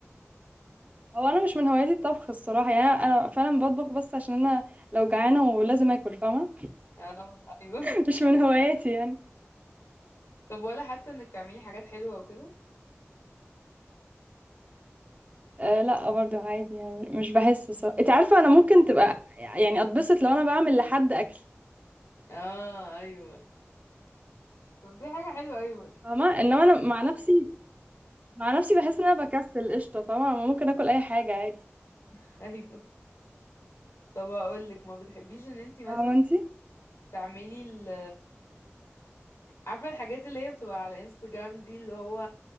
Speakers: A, on the right (about 35°); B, on the left (about 80°).
A: هو انا مش من هواياتي الطبخ الصراحه يعني انا أنا فعلا بطبخ بس عشان انا لو جعانه ولازم اكل فاهمه
B: اه ايوه
A: <laughs> مش من هواياتي يعني
B: <laughs> طب ولا حتى انك تعملي حاجات حلوة وكده
A: أه لا برضو عادي يعني مش بحس الصراحه انت عارفه انا ممكن تبقى يعني اتبسط لو انا بعمل لحد اكل
B: اه ايوه طب دي حاجة حلوة ايوه
A: فاهمه انما انا مع
B: اه.
A: نفسي مع نفسي بحس ان انا بكسل قشطه فاهمه أنا ممكن اكل اي حاجه عادي
B: <laughs> ايوه طب هقولك ما بتحبيش ان انتي مثلا
A: فاهمه انت
B: تعملي ال عارفة الحاجات اللي هي بتبقى على انستجرام دي اللي هو